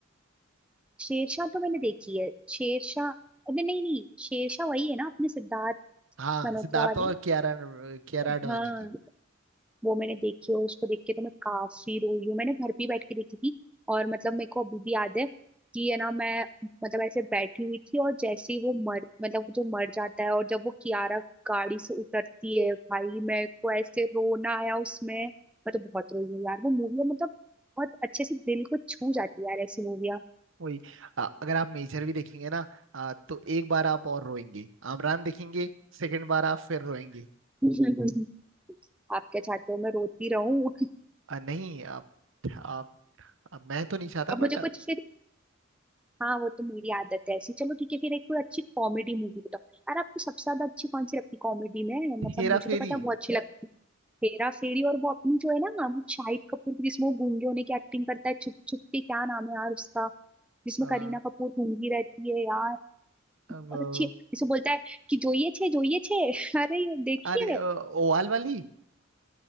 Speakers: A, in the centre; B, on the right (about 70°).
A: शेरशाह तो मैंने देखी है शेरशाह अरे नहीं नहीं शेरशाह वही है ना अपने सिद्धार्थ
B: हाँ
A: मल्होत्रा
B: सिद्धार्थ
A: वाली
B: और कियारा कियारा
A: हाँ
B: आडवाणी की
A: वो मैंने देखी और उसको देख के तो मैं काफी रोई हूँ मैंने घर पे ही बैठ के देखी थी और मतलब मेरे को अभी भी याद है कि है ना मैं मतलब ऐसे बैठी हुई थी और जैसे ही वो मर मतलब जो मर जाता है और जब वो कियारा गाड़ी से उतरती है भाई मेरे को ऐसे रोना आया उसमें मैं तो बहुत रोई हूँ यार वो मूवी मतलब बहुत अच्छे से दिल को छू जाती है यार ऐसी मूवियाँ
B: वही अ, अगर आप मेजर भी देखेंगे ना अ, तो एक बार आप और रोएंगे आमरान देखेंगे सेकंड बार आप फिर रोएंगे
A: <laughs> आप क्या चाहते हो <laughs> मैं रोती रहूं
B: अ, नहीं आप, आप, आप मैं तो नहीं
A: <laughs>
B: चाहता
A: अब मुझे
B: बट
A: कुछ फिर हाँ वो तो मेरी आदत है ऐसी चलो ठीक है फिर एक कोई अच्छी कॉमेडी मूवी बताओ यार आपको सबसे ज्यादा अच्छी कौन सी लगती कॉमेडी में मतलब
B: हेरा
A: मुझे
B: फेरी
A: तो पता है वो अच्छी लगती है हेरा फेरी और वो अपनी जो है ना वो शाहिद कपूर की जिसमें वो गूंगे होने की एक्टिंग करता है छुप छुप के क्या नाम है यार उसका जिसमें
B: अ,
A: करीना कपूर गूंगी रहती है यार
B: अब,
A: बहुत अच्छी है जिसमें बोलता है कि जोइए छे जोइए छे <laughs> अरे ये देखिए
B: अरे अ, ओवाल वाली